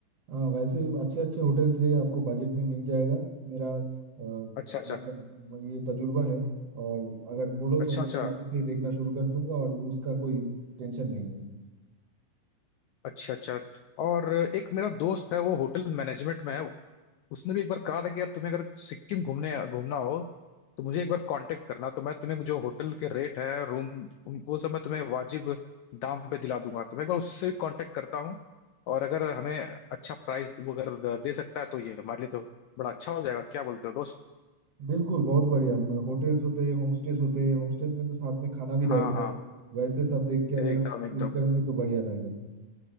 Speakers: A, on the right; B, on the left.
A: हाँ वैसे अच्छे अच्छे होटल से आपको बजट में मिल जाएगा मेरा अ, मतलब
B: अच्छा अच्छा
A: ये तजुर्बा है और अगर बोलो तो
B: अच्छा
A: मैं
B: अच्छा
A: भी अभी से ही देखना शुरू कर दूंगा और उसका कोई टेंशन नहीं है
B: अच्छा अच्छा और एक मेरा दोस्त है वो होटल मैनेजमेंट में है उसने भी एक बार कहा था कि यार तुम्हें अगर सिक्किम घूमने घूमना हो तो मुझे एक बार कांटेक्ट करना तो मैं तुम्हें जो होटल के रेट है रूम उनको वो सब मैं तुम्हें वाजिब दाम पे दिला दूंगा तो मैं एक बार उससे कांटेक्ट करता हूँ और अगर हमें अच्छा प्राइस वो अगर दे सकता है तो ये हमारे लिए तो बड़ा अच्छा हो जाएगा क्या बोलते हो दोस्त
A: बिल्कुल बहुत बढ़िया म- होटल्स होते हैं होम स्टेज होते हैं होम स्टेज में तो साथ में खाना भी
B: हाँ
A: रहता
B: हाँ
A: है वैसे सब देख के अगर
B: एकदम
A: हम
B: एकदम
A: चूज करेंगे तो बढ़िया रहेगा